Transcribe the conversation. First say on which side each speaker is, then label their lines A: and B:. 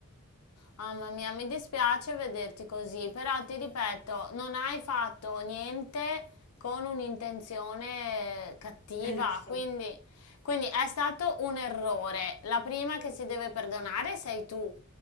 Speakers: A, on the left; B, on the left.
A: Mamma mia, mi dispiace vederti così, però ti ripeto, non hai fatto niente con un'intenzione cattiva,
B: Eh, lo so.
A: quindi, quindi è stato un errore. La prima che si deve perdonare sei tu,